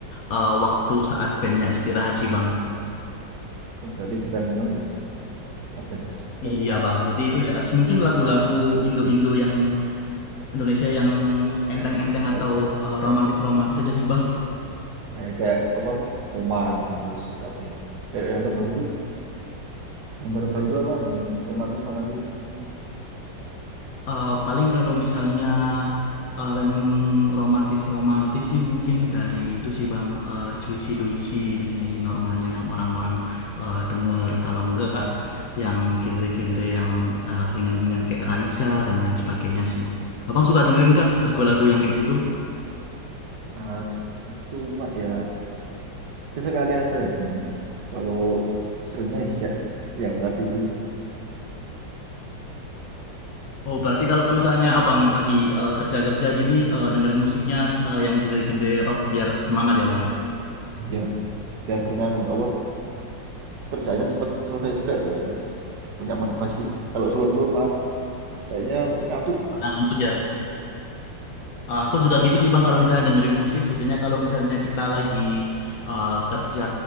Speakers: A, on the left; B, on the right.
A: eh, waktu saat bandnya istirahat sih bang.
B: Oh berarti bukan anu ya, apa ya? Set,
A: Iya bang. Jadi itu ya mungkin lagu-lagu Indo-Indo yang Indonesia yang
B: ya,
A: enteng-enteng
B: ya. Oh,
A: atau eh,
B: <laughs>
A: romantis-romantis aja sih bang.
B: kayak kayak apa? Komang terus apa ya? Kayak yang terbaru tuh, yang baru-baru tuh apa? Yang romantis romantis itu.
A: Eh, paling kalau misalnya eh, yang romantis-romantis sih mungkin dari itu sih Bang eh, Juicy Luicy biasanya sih normalnya yang orang-orang eh, denger kalau enggak yang genre-genre yang eh, ringan-ringan kayak Raisa dan lain sebagainya sih. Abang suka dengerin kah lagu-lagu yang kayak gitu?
B: Nah, Cuma ya sesekali aja dengerin. Kalau seringnya sih ya <laughs> yang tadi itu
A: Oh, berarti kalau misalnya Abang lagi eh, kerja-kerja gini eh, dengerin musiknya eh, yang genre-genre rock biar semangat ya Bang ya.
B: ya biar nganu apa kerjaannya cepet selesai juga kan. Punya motivasi. Kalau slow-slow malah kayaknya ngantuk.
A: Pangan kerja. Ah, Aku juga gitu sih Bang kalau misalnya dengerin musik biasanya kalau misalnya kita lagi ah, kerja